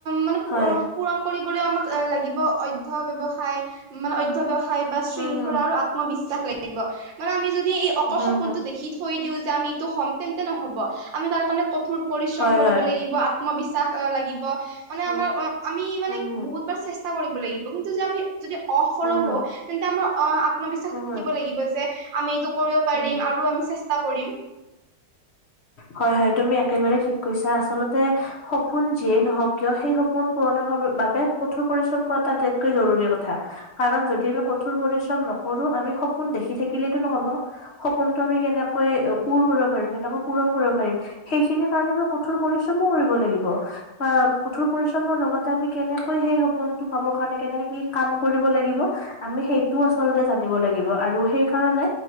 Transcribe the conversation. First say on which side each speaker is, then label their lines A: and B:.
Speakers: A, on the right; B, on the left.
A: মানে পৰণ
B: হয়,
A: কৰিব আমাক লাগিব অধ্য় ব্য্য়সায় মানে অধ্য়্য়সায় হয় বা শৃংখলা
B: উম, হম,
A: আৰু আত্মবিশ্বাস লিব মানে আমি যদি এই অকল
B: হম,
A: শকুোন
B: হম,
A: টো দেখি থৈ দিওঁ যে আমি এইটো হ'ম তেন্তে নহব আমি তাৰ কাৰণে কঠোৰ পৰিশ্ৰম
B: হয়,
A: কৰিব
B: হয়।
A: লাগিব মই বিশ্বাস লাগিব মানে
B: উম,
A: আমাৰ অ আমি মানে
B: হুম, হুম,
A: বহুত বাৰ চেষ্টা কৰিব লাগিব কিন্তু যে আমি যদি অফল
B: হুম, হুম,
A: হুৱ তেন্তে আমাৰ অ আত্মবিশ্বাস
B: হুম, হুম, হুম,
A: থাকিব লাগিব যে আমি এইটো কৰিব পাৰিম
B: হুম, হুম।
A: আৰু আমি চষ্টা কৰিম
B: হয় হয় তুমি একেবাৰে ঠিক কৈছাছা আচল সপোন যিয়েই নহওক কিয় সেই সপোন পূুৰণৰ বাবে কঠোৰ পৰিশ্ৰম কৰাটো আটাইতকৈ জৰুৰী কথা কাৰণ যদি আমি কঠোৰ পৰিশ্ৰম নকৰো আমি সপোন দেখি থাকিলেইটো নহব সপোনতটো আমি কেনেক ক পৰ কৰিব কেনেক পূৰণ কৰিব পাৰিম সেইখিনি কাৰণে ম কঠোৰ পৰিশ্ৰমো কৰিব লাগিব বা কঠোৰ পৰিশ্ৰমৰ লগতে আমি কেনেকৈ সেই সপোনটো পাব কাৰণে কেনেকে কি কাম কৰিব লাগিব আমি সেইটোও আচলতে জানিব লাগিব আৰু সেইকাৰনে